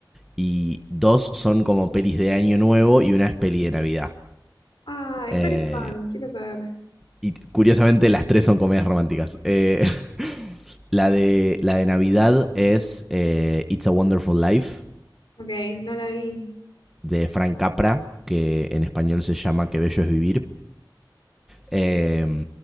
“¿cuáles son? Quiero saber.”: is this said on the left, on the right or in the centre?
Left